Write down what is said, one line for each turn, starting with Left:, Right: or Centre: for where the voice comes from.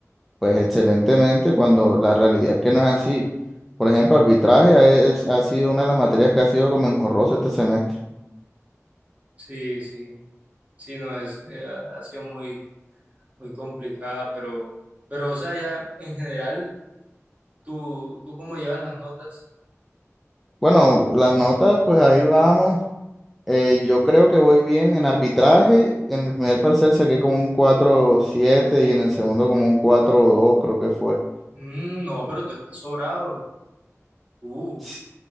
Centre: pues, excelentemente, cuando la realidad es que no es así. Por ejemplo, arbitraje es- ha sido una de las materias que ha sido como enjorrosa este semestre.
Right: Sí, sí, sí, no, es, eh, ha ha sido muy, muy complicada, pero, pero, o sea, ya en general, tú, tú cómo llevas las notas,
Centre: Bueno, las notas, pues ahí vamos. Eh, yo creo que voy bien en arbitraje. En el primer parcial saqué como un cuatro siete y en el segundo como un cuatro dos creo que fue.
Right: Mm, no, pero tú estás sobrado, uh,
Centre: S-